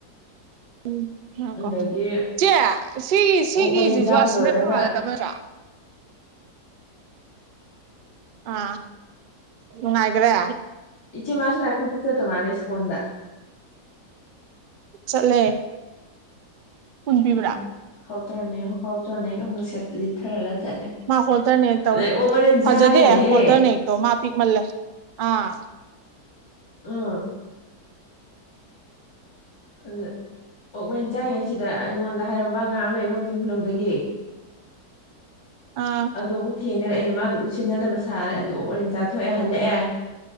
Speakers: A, on the right; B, on the left.
A: ꯎꯝ ꯑ
B: ꯑꯗꯒꯤ
A: ꯀꯣ ꯆꯦ ꯁꯤꯒꯤ ꯁꯤꯒꯤꯁꯤꯁꯨ
B: ꯑꯣꯛ ꯃꯔꯤꯟ ꯆꯥꯕ
A: ꯑꯁꯤꯅ
B: ꯂꯣꯏꯔꯒ
A: ꯑꯗꯨꯝ ꯍꯥꯟꯅꯗꯕ ꯅꯠꯇ꯭ꯔꯣ ꯑ ꯅꯨꯡꯉꯥꯏꯒ꯭ꯔꯦ
B: ꯏꯆꯦ ꯃꯥꯁꯨ ꯂꯥꯢꯈꯨꯔꯨꯝꯕ ꯆꯠ ꯇꯧ ꯃꯥꯂꯦ ꯏꯁꯀꯣꯟꯗꯥ
A: ꯆꯠꯂꯦ ꯀꯨꯟ ꯄꯤꯕ꯭ꯔꯥ
B: ꯑ ꯍꯥꯎꯇ꯭ꯔꯅꯦ ꯍꯥꯎꯇ꯭ꯔꯅꯦ ꯂꯤꯠꯊꯔꯒ ꯆꯠꯂꯦ
A: ꯃꯥ ꯍꯣꯜꯇꯔꯅꯦꯛꯇꯧꯔꯦ
B: ꯑꯗꯩ ꯑꯣꯛ ꯃꯔꯤꯟ
A: ꯐꯖꯗꯦ
B: ꯆꯥꯔꯦꯅꯦꯍꯦ
A: ꯍꯣꯜꯇꯔꯅꯍꯛꯇꯣ ꯃꯥ ꯄꯤꯛꯃꯜꯂꯦ ꯑꯥ
B: ꯎꯝ ꯑꯗꯨ ꯑꯣꯛ ꯃꯩ ꯆꯥꯏꯉꯩꯁꯤꯗ ꯑꯩꯉꯣꯟꯗ ꯍꯥꯏꯔꯝꯕ ꯑꯉꯥꯡ ꯑꯃ ꯂꯩꯕ ꯀꯛꯆꯤꯡ ꯈꯨꯅꯧꯗꯒꯤ
A: ꯑꯥ
B: ꯑꯗꯣ ꯑꯃꯨꯛ ꯊꯦꯡꯅꯔꯦ ꯑꯩꯅ ꯃꯥꯗꯣ ꯎꯁꯤꯟꯅꯗꯕ ꯁꯥꯔꯦ ꯑꯗꯨ ꯑꯃꯨꯛ ꯑꯣꯛ ꯃꯔꯤꯟ ꯆꯥꯊꯣꯛꯑꯦ ꯍꯜꯂꯛꯑꯦ